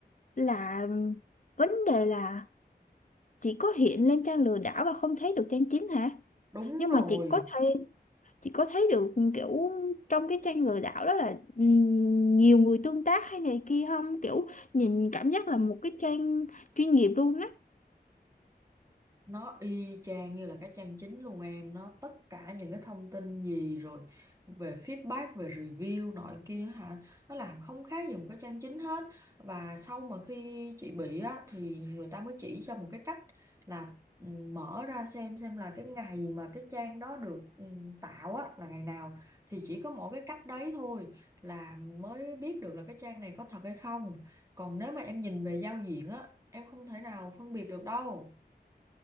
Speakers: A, on the left; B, on the right.
A: là vấn đề là chị có hiện lên trang lừa đảo và không thấy được trang chính hả
B: đúng
A: nhưng
B: rồi
A: mà chị có thấy chị có thấy được kiểu trong cái tranh lừa đảo đó là ừm, nhiều người tương tác hay này kia không kiểu nhìn cảm giác là một cái trang chuyên nghiệp luôn á
B: nó y chang như là cái trang chính luôn em nó tất cả những cái thông tin gì rồi về feedback về review nọ kia hả nó làm không khác gì một cái trang chính hết và sau mà khi chị bị á thì người ta mới chỉ cho một cái cách là ừ, mở ra xem xem là cái ngày mà cái trang đó được ừ, tạo á là ngày nào thì chỉ có mỗi cái cách đấy thôi là mới biết được là cái trang này có thật hay không còn nếu mà em nhìn về giao diện á em không thể nào phân biệt được đâu